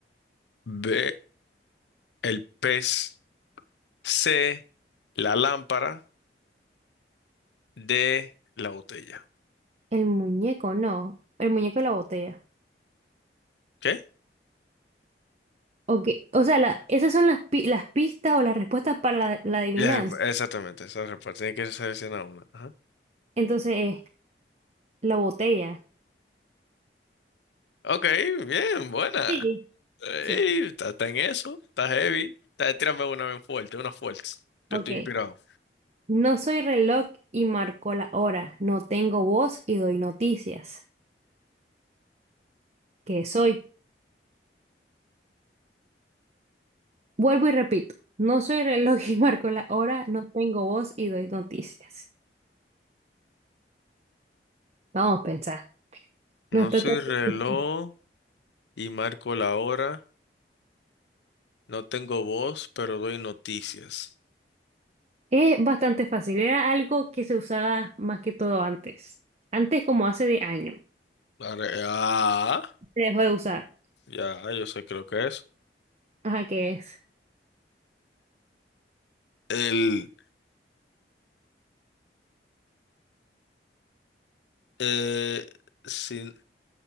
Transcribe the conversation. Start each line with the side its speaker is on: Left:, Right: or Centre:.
Left: B, el pez, C, la lámpara, D, la botella.
Right: El muñeco, no. El muñeco de la botella.
Left: ¿Qué?
Right: Ok. O sea, la- esas son las, pi- las pistas o las respuestas para la, la adivinanza.
Left: La re- exactamente, esa respuesta tiene que seleccionar una. Ajá.
Right: Entonces, es la botella.
Left: Ok, bien, buena.
Right: Sí.
Left: Ey,
Right: Sí.
Left: está, está en eso, está heavy. Está, tírame una bien fuerte, una fuerte. Que
Right: Ok.
Left: estoy inspirado.
Right: No soy reloj y marco la hora, no tengo voz y doy noticias. ¿Qué soy? Vuelvo y repito, no soy reloj y marco la hora, no tengo voz y doy noticias. Vamos a pensar.
Left: No
Right: No está
Left: soy
Right: tan
Left: reloj
Right: difícil.
Left: y marco la hora. No tengo voz, pero doy noticias.
Right: Es bastante fácil, era algo que se usaba más que todo antes. Antes como hace de años.
Left: Are- Ah,
Right: Se dejó de usar.
Left: ya, yo sé, creo que es.
Right: Ajá, ¿qué es?
Left: El, eh, sin,